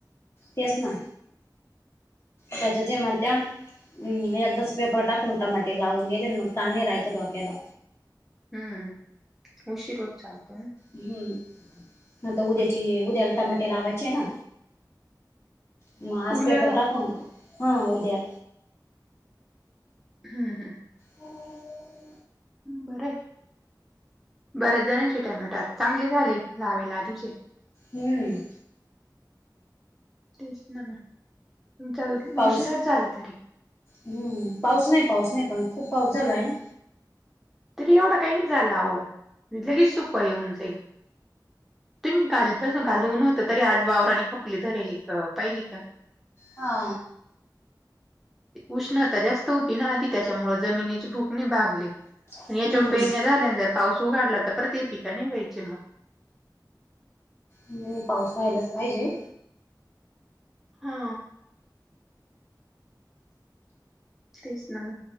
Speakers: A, on the left; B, in the centre.
A: तेच ना, त्याच्यात हे म्हणत्या. हम्म एकदाच पेपर टाकून टामाटे लावून गेले मग तान नाही राहायचा डोक्याला.
B: हम्म उशीर होत चालते ना.
A: हम्म <inaudible> ह तर उद्याची -उद्याला टमाटे लावायचे ना. म आज
B: उल्याला
A: पेपर टाकून, हा उद्या.
B: हम्म -हम्म
A: हम <inaudible>
B: बरय. बऱ्याच जणांचे टमॅट चांगले झाले लावेला आधीचे
A: हम्म
B: तेच ना म तुमचा
A: पाऊस
B: उशीराच झाला तरी
A: हम्म पाऊस नाही पाऊस नाही पण खूप पाऊस झाला आहे ना
B: तरी एवढा काही नाही झाला हो म्हे लगेच सुकवा येऊन जाईल तुम्ही घालस घालून नव्हत तरी आज वावर आणि खपली धरली का पाहिली का
A: हा
B: उष्णता जास्त होती ना आधी त्याच्यामु जमिनीची भूकने भागली
A: हम्म
B: आणि याच्या उपेरण्या झाल्यानंतर पाऊस उघाडला तर परत ते पिका नाही व्हायचे मग
A: म्हणज पाऊस रा्हायलाच पाहिजे
B: हा तेच ना म.